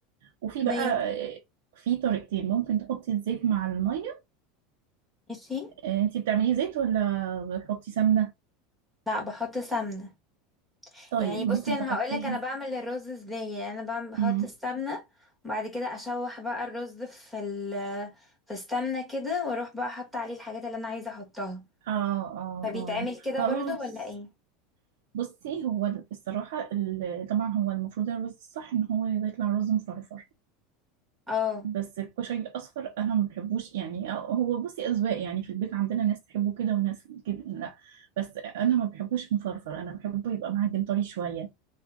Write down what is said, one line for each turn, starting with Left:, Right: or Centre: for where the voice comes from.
Right: وفي
Centre: تمام
Right: بقى آه، في طريقتين ممكن تحطي الزيت مع المية
Centre: ماشي
Right: آه، انتي بتعملي زيت ولا بتحطي سمنة
Centre: لا بحط سمنه
Right: طيب
Centre: يعني بصي
Right: ممكن
Centre: انا
Right: تحطيها
Centre: هقولك انا بعمل الرز ازاي يعني انا بعمل بحط
Right: مم.
Centre: السمنه وبعد كده اشوح بقى الرز في ال في السمنه كده واروح بقى احط عليه الحاجات اللي انا عايزه احطها
Right: اه اه
Centre: فبيتعمل
Right: اه
Centre: كده
Right: خلاص
Centre: برضو ولا ايه
Right: بصي هو الصراحة ال- طبعا هو المفروض الرز الصح ان هو يطلع رز مفرفر
Centre: اه
Right: بس الكشري الاصفر انا ما بحبوش يعني آه، هو بصي اذواق يعني في البيت عندنا ناس تحبه كده وناس كده لا بس انا ما بحبوش مفرفر انا بحبه يبقى معجن طري شويه